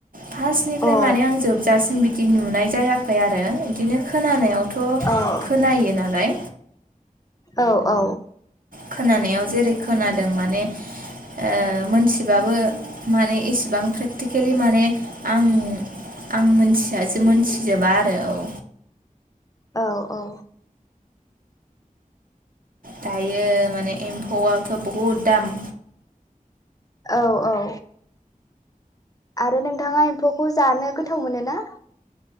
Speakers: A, on the right; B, on the left.
A: फार्स्टनिफ्राय
B: औ
A: माने आं जोबजासिन बिदि नुनाय जायाखै आरो बिदिनो खोनानायावथ
B: औ
A: खोनायो नालाय
B: औ औ
A: खोनानायाव जेरै खोनादों माने ओ मोनथि बाबो माने एसेबां प्रेकटिकेलि माने आं आं मिथिया मोनथिजोबा आरो औ
B: औ औ
A: दायो माने एम्फौआथ बहुद दाम
B: औ औ आरो नोंथाङा एम्फौखौ जानो गोथाव मोनोना?